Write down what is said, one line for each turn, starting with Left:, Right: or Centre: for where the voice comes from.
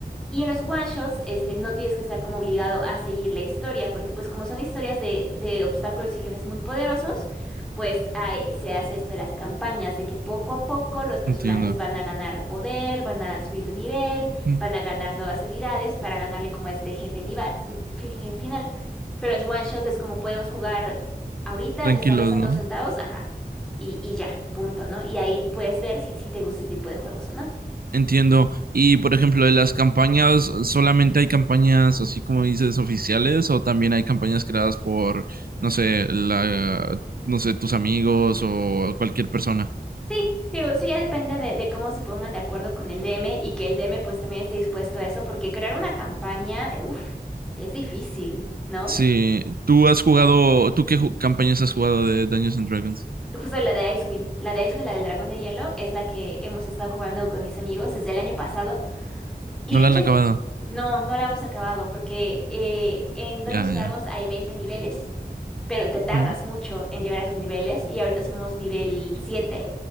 Centre: y en los one shots, este, no tienes que estar como obligado a seguir la historia, porque pues como son historias de, de obstáculos y jefes muy poderosos, pues hay- se hace esto de las campañas, de que poco a poco los personajes
Right: Entiendo.
Centre: van a ganar poder, van a subir de nivel,
Right: Mm,
Centre: van a ganar nuevas habilidades para ganarle como a este jefe nivel, jefe final. Pero en los one shots es como podemos jugar ahorita
Right: Tranquilos,
Centre: en esta mesa
Right: ¿no?
Centre: todos sentados, ajá, y, y ya, punto, ¿no? Y ahí puedes ver si, si te gusta este tipo de juegos o no.
Right: Entiendo. Y por ejemplo, de las campañas, ¿solamente hay campañas así como dices oficiales o también hay campañas creadas por, no sé, la, no sé, tus amigos o cualquier persona?
Centre: Sí, digo, eso ya depende de, de cómo se pongan de acuerdo con el DM y que el DM pues también esté dispuesto a eso, porque crear una campaña, eh, uf, es difícil, ¿no?
Right: Sí, ¿tú has jugado, tú qué ju- campañas has jugado de Dungeons and Dragons?
Centre: Justo la de Icewind, la de Icewind, la del dragón de hielo, es la que hemos estado jugando con mis amigos desde el año pasado. Y
Right: ¿No
Centre: de
Right: la
Centre: hecho,
Right: han acabado?
Centre: no, no la hemos acabado, porque eh, en Dungeons
Right: Ya,
Centre: and
Right: ya.
Centre: Dragons hay 20 niveles, pero te tardas
Right: Ujú.
Centre: mucho en llegar a esos niveles y ahorita somos nivel 7.